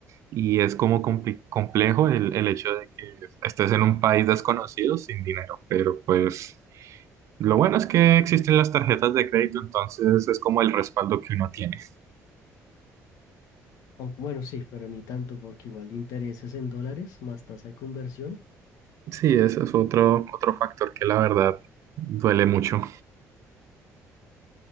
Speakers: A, on the right; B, on the left.
A: y es como compli- complejo el, el hecho de que estés en un país desconocido sin dinero, pero pues lo bueno es que existen las tarjetas de crédito, entonces es como el respaldo que uno tiene.
B: Aunque, bueno, sí, pero ni tanto porque igual de intereses en dólares más tasa de conversión.
A: Sí, ese es otro, otro factor que la verdad duele mucho.